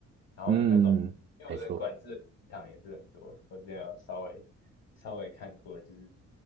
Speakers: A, on the right; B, on the left.
A: <laughs>
B: 然后那种没有人管制的机场也是很多。
A: 嗯，没错。
B: 我之前有稍微稍微看过，就是